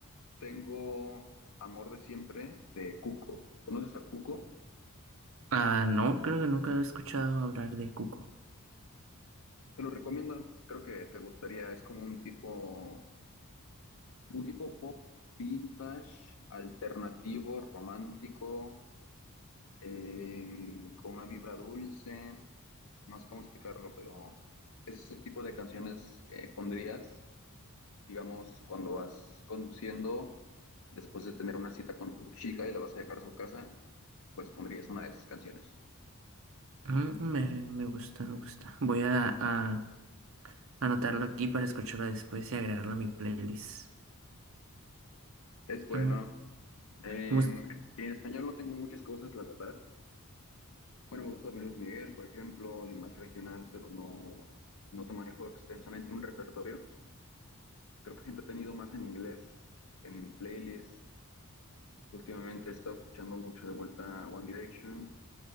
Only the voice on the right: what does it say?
Ah, no, creo que nunca he escuchado hablar de Cuco.
Mm, me, me gusta, me gusta. Voy a, a anotarlo aquí para escucharlo después y agregarlo a mi playlist.
Mm,
mus-